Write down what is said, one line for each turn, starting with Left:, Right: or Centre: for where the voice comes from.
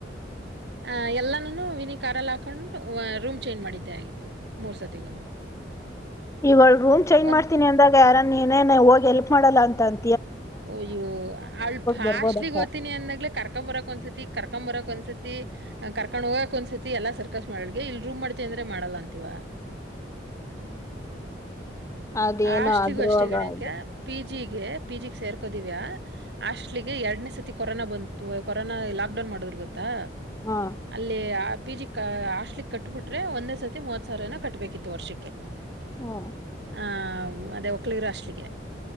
Right: ಆ ಎಲ್ಲಾನುನು ವಿನಿ ಕಾರಲ್ಲಾಕ್ ಕೊಂಡು ವ ರೂಮ್ ಚೇಂಜ್ ಮಾಡಿದ್ದೇ ಆಗಿತ್ತು ಮೂರ್ ಸತಿಗುನು
Left: ಇವಾಗ ರೂಮ್ ಚೇಂಜ್
Right: ಒಂದ್
Left: ಮಾಡ್ತೀನಿ ಅಂದಾಗ ಯಾರಾನೀ ಇನ್ನೇನೆ ಹೋಗಿ ಹೆಲ್ಪ್ ಮಾಡಲ್ಲ ಅಂತ ಅಂ
Right: ಒಯ್ಯೋ ಅವ್ಳ ಫಾಸ್ಟ್ಲಿಗ್
Left: ಬರ್ಬೋದಕ್ಕ.
Right: ಓತೀನಿ ಅಂದಾಗ್ಲೆ ಕರ್ಕೊಂಬರಕ್ ಒಂದ್ಸತಿ ಕರ್ಕೊಂಬರಕ್ ಒಂದ್ಸತಿ ಕರ್ಕೊಂಡ್ ಹೋಗಕ್ ಒಂದ್ಸತಿ ಎಲ್ಲ ಸರ್ಕ ಅವ್ಳಗೆ ಇಲ್ ರೂಮ್ ಮಾಡ್ತೀವಿ ಅಂದ್ರೆ ಮಾಡಲ್ಲ ಅಂತಿವ.
Left: ಅದೇನೋ
Right: ಆಷ್ಟ್ಲಿಗೂ
Left: ಅದ್ರೊಳಗ
Right: ಅಷ್ಟೇ ಗಣೆಕ್ಯಾ
Left: ಅದ್
Right: ಪೀ ಜೀ ಗೆ ಪಿ ಜಿ ಗ್ ಸೇರ್ಕೋ ದಿವ್ಯಾ ಹಾಸ್ಟ್ಲಿಗೆ ಎರಡ್ನೇ ಸತಿ ಕೊರೋನಾ ಬಂತು ಕೊರೋನಾ ಲಾಕ್ಡೌನ್ ಮಾಡದ್ ಗೊತ್ತಾ
Left: ಹಾ
Right: ಅಲ್ಲಿ ಆ ಪಿ ಜಿ ಕ ಹಾಸ್ಲಿ ಕಟ್ಬಿಟ್ರೆ ಒಂದೇ ಸತಿ ಮೂವತ್ ಸಾವಿರನ ಕಟ್ಬೇಕಿತ್ತು ವರ್ಷಕ್ಕೆ.
Left: ಹ್ಮ.
Right: ಆ ಅದೇ ಒಕ್ಲಿಗರು ಆಷ್ಟ್ಲಿಗೆ